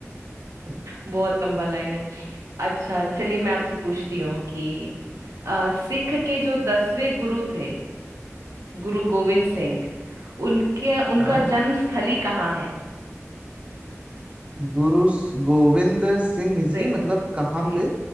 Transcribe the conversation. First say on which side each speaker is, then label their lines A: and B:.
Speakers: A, on the right; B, on the right.
A: <laughs>
B: बहुत लंबा लाइन है अच्छा चलिए मैं आपसे पूछती हूँ कि अ, सिख के जो दसवें गुरु थे गुरु गोविंद सिंह उनके उनका
A: हाँ
B: जन्म स्थली कहाँ है
A: गुरु स- गोविंद सिंह जी
B: सिंह
A: मतलब कहाँ
B: जी
A: पे